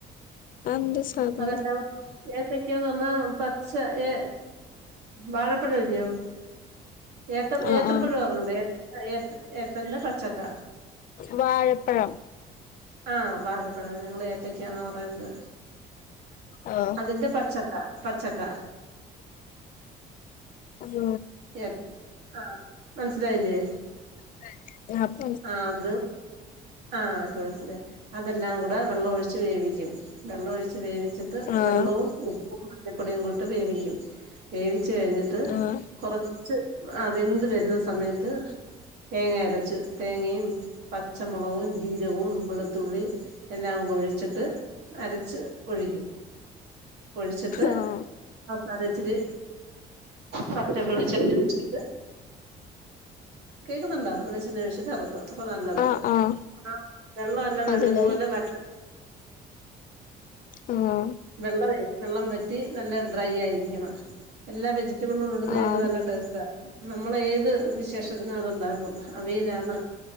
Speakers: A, on the left; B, on the right.
A: അതെന്താ സാധനം
B: അതെല്ലാം ഏത്തക്കാന്ന് പറഞ്ഞാ പച്ച ഏ വാഴപ്പഴം ഇല്ലയോ ഏത്ത
A: ആഹ്
B: ഏത്തൻമ്പഴ
A: ആഹ്
B: അറിഞ്ഞുടെ ഏ ഏത്ത്ന്റെ പച്ചക്ക
A: വാഴപ്പഴം
B: ആഹ് വാഴപ്പയം ഞങ്ങള് ഏത്തക്കാന്നാ പറയ്ന്നത്
A: ആഹ്
B: അതിന്റെ പച്ചക്ക പച്ചക്ക
A: ഉം
B: ഏ ആഹ് മനസിലാായില്ലേ
A: <unintelligible>
B: അഹ് അത് ആഹ് അപ്പ മനസിലേ അതെല്ലാം കൂടെ വെള്ളം ഒഴിച്ച് വേവിക്കും വെള്ളമൊഴിച്ച് വേവിച്ചിട്ട്
A: ആഹ്
B: വെള്ളവും ഉപ്പ് മഞ്ഞപ്പൊടിയും കൂടിട്ട് വേവിക്കും വേവിച്ച് കഴിഞ്ഞിട്ട്
A: ആഹ്
B: കുറച്ച് അഹ് വെന്ത് വരുന്ന സമയത്ത് തേങ്ങ അരച്ച് തേങ്ങയും പച്ചമുളകും ജീരവും വെളുത്തുള്ളി എല്ലാം കൊണ്ട് ഒഴിച്ചിട്ട് അരച്ച് ഒഴിക്കും ഒഴിച്ചിട്ട്
A: ആഹ്
B: അവസാന ഇച്ചിരി പച്ച വെളിച്ചെണ്ണ ഒഴിച്ചിട്ട് കേക്കുന്നുണ്ടോ വെളിച്ചെണ് ഒഴിച്ചിട്ട് ഇറക്കുക അപ്പൊ നല്ലതാ
A: ആഹ് ആഹ്
B: ആ വെള്ളം എല്ലാം
A: അതല്ലേ
B: നല്ലതുപോലെ വ
A: അഹ്
B: വെള്ളമേ വെള്ളം വറ്റി നല്ല ഡ്രൈ ആയിരിക്കണം എല്ലാ വെജിറ്റബിളും ഇടുന്നണ്ട്
A: ആഹ്
B: നല്ല ടേസ്റ്റാ നമ്മള ഏത് വിശേഷത്തിന് അത്ണ്ടാക്കും അവയിലാണ്